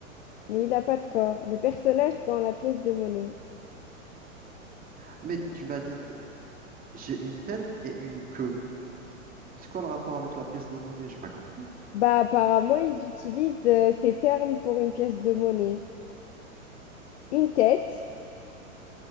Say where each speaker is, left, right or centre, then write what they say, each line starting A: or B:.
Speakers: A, on the left (about 50°); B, on the right (about 20°).
A: mais il n'a pas de corps. Le personnage dans la pièce de monnaie.
B: Mais t- tu m'as dit, euh, j'ai une tête et une queue. C'est quoi le rapport avec la pièce de monnaie? J'ai pas compris.
A: Bah, apparemment, ils utilisent euh, ces termes pour une pièce de monnaie. Une tête